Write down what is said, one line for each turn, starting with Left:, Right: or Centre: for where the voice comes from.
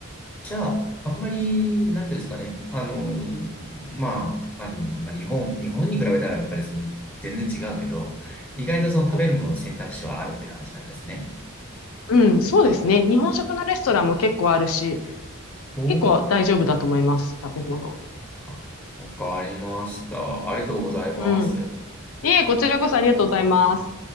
Centre: じゃあ、あんまり、なんていうんですかね。あの、まあ、あの、まあ、日本、日本に比べたらやっぱりその、全然違うけど、意外とその食べるものの選択肢はあるって感じなんですね。
Left: うん、うんそうですね。日本食のレストランも結構あるし、
Centre: おー、
Left: 結構大丈夫だと思います、食べ物。
Centre: あわかりました。ありがとうございます。
Left: うん。いえ、こちらこそありがとうございます。